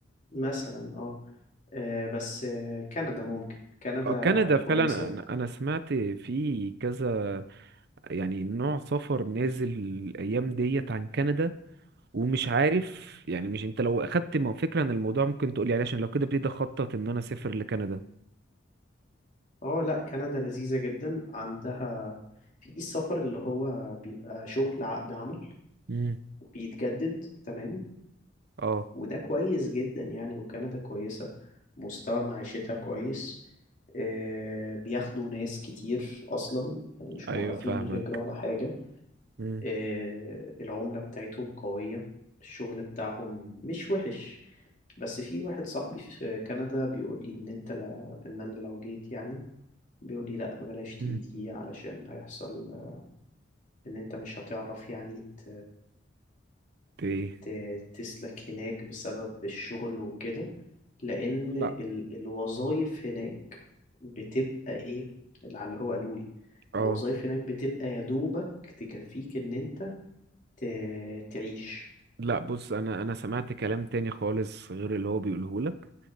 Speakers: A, on the left; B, on the right.
A: مثلا اه, آه بس آه كندا ممكن كندا
B: آه، كندا
A: كويسة
B: فعلا انا أنا سمعت في كذا يعني نوع سفر نازل الايام ديت عن كندا ومش عارف يعني مش انت لو اخدت م- فكرة عن الموضوع ممكن تقولي عليه عشان لو كده ابتديت اخطط ان انا اسافر لكندا
A: اه لا كندا لذيذة جدا عندها في السفر اللي هو بيبقى شغل عقد عمل
B: مم.
A: بيتجدد تمام
B: اه
A: وده كويس جدا يعني وكندا كويسة مستوى معيشتها كويس آه، بياخدوا ناس كتير أصلا يعني مش
B: ايوه
A: موقفين
B: فاهمك
A: الهجرة ولا حاجة
B: مم.
A: آه، العملة بتاعتهم قوية الشغل بتاعهم مش وحش بس في واحد صاحبي في كندا بيقول لي ان انت لا ان انا لو جيت يعني بيقول لي لا بلاش تيجي
B: مم.
A: علشان هيحصل آه، ان انت مش هتعرف يعني ت...
B: ت- ايه
A: ت- تسلك هناك بسبب الشغل وكده لان
B: لا
A: ال... الوظائف هناك بتبقى ايه اللي على اللي هو قالوا لي
B: اه
A: الوظائف هناك بتبقى يا دوبك تكفيك ان انت ت... تعيش
B: لا بص انا انا سمعت كلام تاني خالص غير اللي هو بيقوله لك